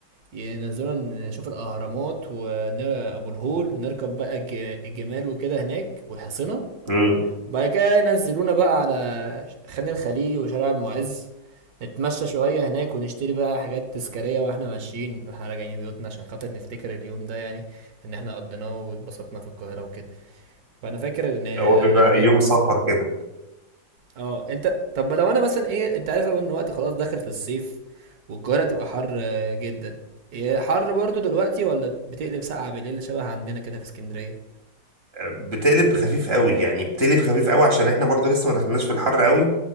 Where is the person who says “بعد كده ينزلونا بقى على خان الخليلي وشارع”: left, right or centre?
Right